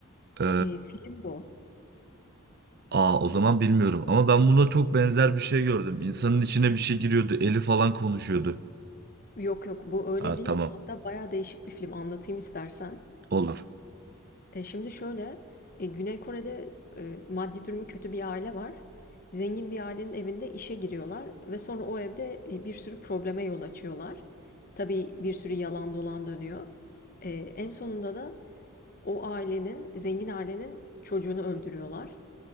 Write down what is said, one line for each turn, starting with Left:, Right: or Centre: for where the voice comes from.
Right: E,
Left: Ee, film bu.
Right: aa o zaman bilmiyorum ama ben buna çok benzer bir şey gördüm. İnsanın içine bir şey giriyordu, eli falan konuşuyordu.
Left: Yok yok bu öyle
Right: Ha
Left: değil.
Right: tamam
Left: Hatta bayağı değişik bir film anlatayım istersen.
Right: olur.
Left: E, şimdi şöyle e, Güney Kore'de e, maddi durumu kötü bir aile var. Zengin bir ailenin evinde işe giriyorlar ve sonra o evde e, bir sürü probleme yol açıyorlar. Tabii bir sürü yalan dolan dönüyor. E, en sonunda da O ailenin, zengin ailenin çocuğunu öldürüyorlar.